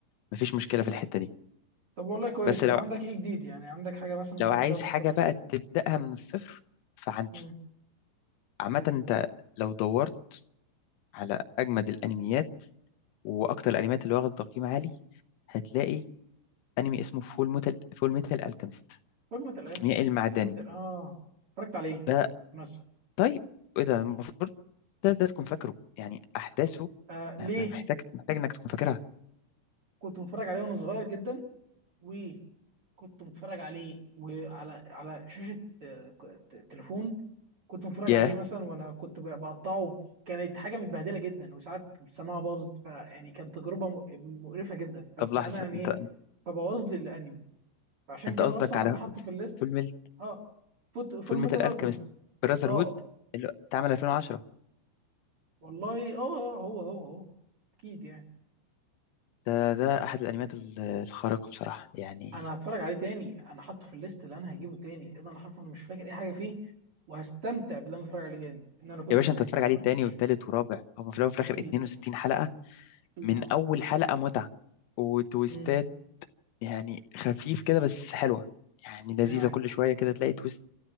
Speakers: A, on the left; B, on the right.
A: ما فيش مشكلة في الحتة دي
B: طب والله كويس
A: بس
B: طب
A: لو
B: عندك ايه جديد يعني عندك حاجه مثلا ممكن
A: لو عايز
B: ابدا من الصفر
A: حاجة بقى تبدأها من الصفر فعندي
B: مم.
A: عامة
B: قول
A: أنت لو دورت على أجمد الأنميات وأكتر الأنميات اللي واخدة تقييم عالي هتلاقي أنمي اسمه فول ميتال فول ميتال ألكيميست
B: فورمة الالكيمست
A: الكيميائي المعدني
B: فورمة ال اه اتفرجت عليه
A: ده
B: بالمناسبة
A: طيب إيه ده المفروض ده, ده تكون فاكره يعني أحداثه
B: آه ليه؟
A: آه، ما- محتاج محتاج إنك تكون فاكرها
B: كنت متفرج عليه وانا صغير جدا وكنت متفرج عليه وعلى على شاشة آه، ك- تليفون كنت متفرج
A: ياه
B: عليه مثلا وانا كنت بقطعه كانت حاجة متبهدلة جدا وساعات السماعة باظت فيعني كانت تجربة م- مقرفة جدا بس
A: طب لحظة
B: انا يعني
A: أنت
B: ايه فبوظ لي الانمي فعشان
A: أنت
B: كده
A: قصدك
B: اصلا
A: على
B: انا حاطه في الليست
A: فول ميل
B: اه فوت فول
A: فول ميتال
B: ميتال الكيمست
A: ألكيميست براذر
B: اه
A: هود اللي اتعمل 2010
B: والله اه آه، هو هو هو اكيد يعني
A: ده ده أحد الأنميات ال- الخارقة بصراحة يعني
B: انا هتفرج عليه تاني انا حاطه في الليست اللي انا هجيبه تاني انا حرفيا مش فاكر اي حاجه فيه وهستمتع باللي انا اتفرج عليه تاني ان انا كنت
A: يا باشا
B: يعني
A: انت تتفرج
B: ما
A: عليه
B: كنتش
A: تاني والتالت ورابع هو في الاول وفي الاخر
B: اكيد
A: 62 حلقه
B: اكيد
A: من
B: اه
A: اول حلقة متعة وتويستات
B: امم
A: يعني خفيف كده بس حلوة يعني لذيذة
B: ايوه ايوه
A: كل شوية كده تلاقي تويست